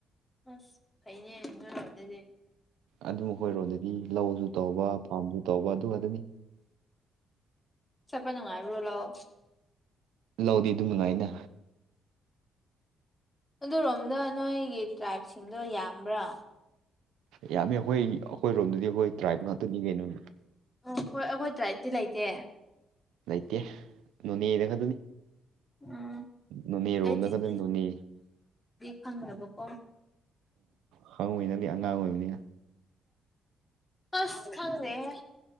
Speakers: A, on the left; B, on the right.
A: ꯑꯁ ꯐꯥꯏꯅꯦ <unintelligible>
B: ꯑꯗꯨ ꯑꯈꯣꯏꯔꯣꯗꯗꯤ ꯂꯧꯁꯨ ꯇꯧꯕ ꯐꯥꯝꯁꯨ ꯇꯧꯕ ꯑꯗꯨ ꯑꯗꯨ ꯑꯗꯨꯅꯤ
A: ꯆꯄ ꯅꯨꯡꯉꯥꯏꯕ꯭ꯔꯣ ꯂꯧ
B: ꯂꯧꯗꯤ ꯑꯗꯨꯝ ꯅꯨꯡꯉꯥꯏꯅ
A: ꯑꯗꯨꯔꯣꯝꯗ ꯅꯣꯏꯒꯤ ꯇꯔꯥꯏꯕꯁꯤꯡꯗꯣ ꯌꯥꯝꯕ꯭ꯔꯥ
B: ꯌꯥꯝꯃꯦ ꯑꯩꯈꯣꯏ ꯑꯩꯈꯣꯏꯔꯣꯝꯗꯗꯤ ꯑꯩꯈꯣꯏ ꯇ꯭ꯔꯥꯏꯞ ꯉꯥꯛꯇꯅꯤ ꯀꯩꯅꯣꯅꯦ
A: ꯑꯣ ꯑꯈꯣꯏ ꯑꯩꯈꯣꯏ ꯇ꯭ꯔꯥꯏꯕꯗꯤ ꯂꯩꯇꯦ
B: ꯂꯩꯇꯦ ꯅꯣꯅꯦꯗ ꯈꯛꯇꯅꯤ
A: ꯎꯝ
B: ꯅꯣꯅꯦꯔꯣꯝꯗ
A: ꯑꯩꯗꯤꯗꯤ
B: ꯈꯛꯇ ꯅꯣꯅꯦ
A: ꯐꯪꯗꯕꯀꯣ
B: ꯈꯪꯉꯣꯏ ꯅꯪꯗꯤ ꯑꯉꯥꯡ ꯑꯣꯏꯕꯅꯤꯅ
A: ꯑꯁ ꯈꯪꯗꯦꯍꯦ